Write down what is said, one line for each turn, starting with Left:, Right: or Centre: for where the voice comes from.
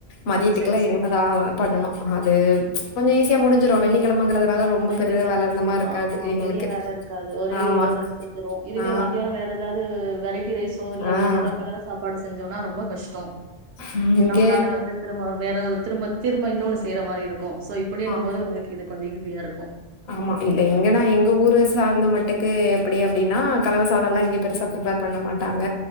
Left: மதியத்துக்கலா
Right: சரி சரி
Left: இனிமேதா பண்ணணு அது ச்ச கொஞ்சோ ஈஸியா முடிஞ்சிரோ வெள்ளிக்கிழமங்கறது வேல ரொம்ப
Right: கண்டிப்பா
Left: பெரிய வேல
Right: கண்டிப்பா
Left: இருந்த மாரி இருக்காது
Right: ஆமா
Left: எங்களுக்கு
Right: பெரிய வேல இருக்காது ஒரே
Left: ஆமா
Right: இதோட முடிஞ்சிரோ இதுவே
Left: ஆ
Right: மத்தியானம் வேற ஏதாது வெ ரைசோ இல்ல
Left: ஆ
Right: வேற எதா கலர் சாப்பாடு செஞ்சோனா ஆ ரொம்ப கஷ் டோ
Left: இங்க
Right: நம்மளால வந்து திரும்ப வேற ஒரு திரும்ப திரும்ப இன்னொன்னு செய்ற மாரி இருக்கோ தோ இப்பிடினும்
Left: ஆமா
Right: போது உங்குளுக்கு இது <unintelligible>
Left: ஆமா <unintelligible> எங்கன்னா எங்க ஊர சார்ந்த மட்டக்கு எப்படி அப்டினா கலவு சாதலா இங்க பெருசா ப்ரிப்பேர் பண்ண மாட்டாங்க